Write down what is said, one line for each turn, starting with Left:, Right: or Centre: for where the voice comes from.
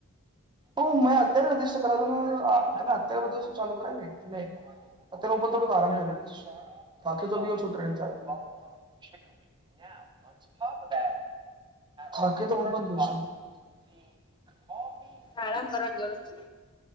Right: હો મે, અત્યારે તે દિવસે, <unintelligible> અત્યારે બધું ચાલુ કરાયને એટલે. અત્યારે ઉપર થોડુંક આરામ કરીશ બાકી તો બી શું ટ્રેન ચાલે. આેકે. ફાકીતો હું પણ લુંશું. <unintelligible>
Left: આરામ કરવાની જરૂર છે.